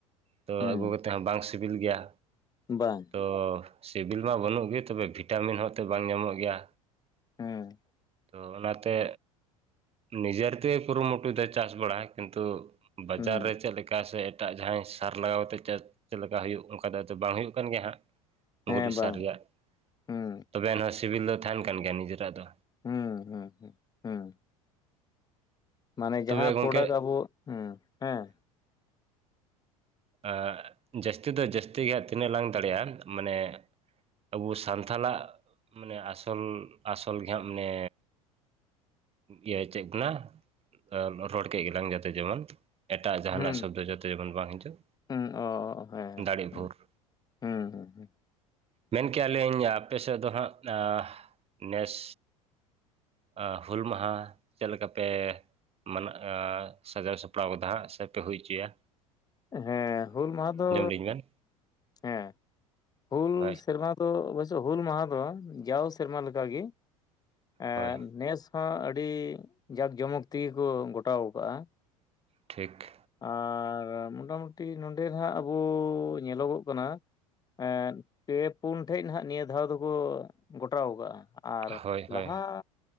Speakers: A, on the right; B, on the left.
A: ᱛᱳ
B: ᱦᱩᱸ
A: ᱟᱹᱜᱩ ᱛᱮ ᱦᱚᱸ ᱵᱟᱝ ᱥᱤᱵᱤᱞ ᱜᱮᱭᱟ᱾
B: ᱵᱟᱝ
A: ᱛᱚ ᱥᱤᱵᱤᱞ ᱢᱟ ᱵᱟᱹᱱᱩᱜ ᱜᱮ ᱛᱚ ᱵᱮ ᱵᱷᱤᱴᱟᱢᱤᱱ ᱦᱚᱸᱛᱚ ᱵᱟᱝ ᱧᱟᱢᱚᱜ ᱜᱮᱭᱟ᱾
B: ᱦᱮᱸ
A: ᱛᱚ ᱚᱱᱟᱛᱮ ᱱᱤᱡᱮᱨ ᱛᱮ ᱠᱩᱨᱩ ᱢᱩᱩᱴᱩ ᱫᱚ ᱪᱟᱥ ᱵᱟᱲᱟ ᱠᱤᱱᱛᱩ ᱵᱟᱡᱟᱨ
B: ᱦᱩᱸ
A: ᱨᱮ ᱪᱮᱫ ᱞᱮᱠᱟ ᱥᱮ ᱮᱴᱟᱜ ᱡᱟᱦᱟᱸᱭ ᱥᱟᱨ ᱞᱟᱜᱟᱣ ᱠᱟᱛᱮᱫ ᱪᱮᱫ ᱪᱮᱫ ᱞᱮᱠᱟ ᱦᱩᱭᱩᱜ ᱚᱱᱠᱟ ᱫᱚ ᱛᱚ ᱵᱟᱝ ᱦᱩᱭᱩᱜ ᱠᱟᱱ ᱜᱮᱭᱟ ᱦᱟᱸᱜ
B: ᱦᱮᱸ
A: ᱜᱩᱨᱤᱡ ᱥᱟᱨ
B: ᱵᱟᱝ
A: ᱨᱮᱭᱟᱜ
B: ᱦᱩᱸ
A: ᱛᱚ ᱵᱮ ᱮᱱᱦᱚᱸ ᱥᱤᱵᱤᱞ ᱫᱚ ᱛᱟᱦᱮᱱ ᱠᱟᱱ ᱜᱮᱭᱟ ᱱᱤᱡᱮᱨᱟᱜ ᱫᱚ᱾
B: ᱦᱩᱸ ᱦᱩᱸ ᱦᱩᱸ ᱦᱩᱸ ᱢᱟᱱᱮ
A: ᱛᱚᱵᱮ
B: ᱡᱟᱦᱟᱸ
A: ᱜᱚᱝᱠᱮ
B: ᱯᱨᱚᱰᱟᱠᱴ ᱟᱵᱚ ᱦᱩᱸ ᱦᱮᱸ
A: ᱟᱸ ᱡᱟᱹᱥᱛᱤ ᱫᱚ ᱡᱟᱹᱥᱛᱤ ᱜᱮ ᱦᱟᱸᱜ ᱛᱤᱱᱟᱹᱜ ᱞᱟᱝ ᱫᱟᱲᱮᱭᱟᱜᱼᱟ ᱢᱟᱱᱮ ᱟᱵᱚ ᱥᱟᱱᱛᱷᱟᱞᱟᱜ ᱢᱟᱱᱮ ᱟᱥᱚᱞ ᱟᱥᱚᱞ ᱜᱷᱮᱢ ᱦᱟᱸᱜ ᱢᱟᱱᱮ ᱜᱤᱭᱟᱭ ᱪᱮᱜ ᱠᱟᱱᱟ ᱮᱸ ᱨᱚᱲ ᱠᱮᱜ ᱜᱮᱞᱟᱝ ᱡᱟᱛᱮ ᱡᱮᱢᱚᱱ ᱮᱴᱟᱜ ᱡᱟᱸᱦᱟ
B: ᱦᱩᱸ
A: ᱱᱟᱜ ᱥᱚᱵᱽᱫᱚ ᱡᱟᱛᱮ ᱡᱮᱢᱚᱱ ᱵᱟᱝ ᱦᱤᱡᱩᱜ
B: ᱦᱩᱸ ᱚ ᱦᱮᱸ
A: ᱫᱟᱲᱮᱜ
B: ᱦᱩᱸ
A: ᱵᱷᱳᱨ
B: ᱦᱩᱸ ᱦᱩᱸ ᱦᱩᱸ
A: ᱢᱮᱱ ᱠᱮᱜᱼᱟ ᱞᱤᱧ ᱟᱯᱮ ᱥᱮᱫ ᱫᱚ ᱱᱷᱟᱸᱜ ᱟᱸ ᱱᱮᱥ ᱟᱻ ᱦᱩᱞ ᱢᱟᱦᱟ ᱪᱮᱫ ᱞᱮᱠᱟ ᱯᱮ ᱢᱟᱱᱟᱜᱼᱟ ᱥᱟᱜᱟᱣ ᱥᱟᱯᱲᱟᱣ ᱠᱚ ᱫᱚ ᱦᱟᱸᱜ ᱥᱮᱯᱮ ᱦᱩᱭ ᱪᱩᱭᱟ᱾
B: ᱦᱮᱸ ᱦᱩᱞ ᱢᱟᱸᱦᱟ ᱫᱚ
A: ᱞᱤᱧ ᱵᱮᱱ
B: ᱦᱮᱸ ᱦᱩᱞ
A: ᱦᱳᱭ
B: ᱥᱮᱨᱢᱟ ᱫᱚ ᱚᱵᱳᱥᱥᱳ ᱦᱩᱞ ᱢᱟᱦᱟ ᱫᱚ ᱡᱟᱣ ᱥᱮᱨᱢᱟ ᱞᱮᱠᱟ ᱜᱤ ᱮᱻ
A: ᱦᱳᱭ
B: ᱱᱮᱥ ᱦᱟᱸᱜ ᱟᱹᱰᱤ ᱡᱟᱠ ᱡᱚᱢᱚᱠ ᱛᱤᱜᱤ ᱠᱚ ᱜᱷᱚᱴᱟᱣ ᱠᱟᱜᱼᱟ
A: ᱴᱷᱤᱠ᱾
B: ᱟᱨ ᱢᱚᱴᱟᱢᱩᱴᱤ ᱱᱚᱸᱰᱮ ᱦᱟᱸᱜ ᱟᱵᱚ ᱧᱮᱞᱚᱜᱚᱜ ᱠᱟᱱᱟ᱾ ᱮᱸᱫ ᱯᱮ ᱯᱩᱱ ᱴᱷᱮᱡ ᱱᱟᱜ ᱱᱤᱭᱟᱹ ᱫᱷᱟᱣ ᱫᱚᱠᱚ ᱜᱚᱴᱟᱣ ᱠᱟᱜᱼᱟ ᱟᱨ
A: ᱦᱳᱭ ᱦᱳᱭ
B: ᱞᱟᱦᱟ,